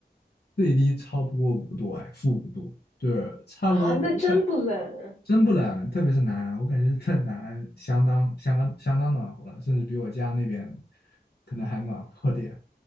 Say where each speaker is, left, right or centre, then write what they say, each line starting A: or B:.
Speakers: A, on the left; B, on the left.
A: 最低超不过五度，哎，负五度，就是差不多。
B: 啊？那真不冷，
A: 我感真不冷，特别是南安我感觉在南安相当相当相当暖和了，甚至比我家那边可能还暖和点。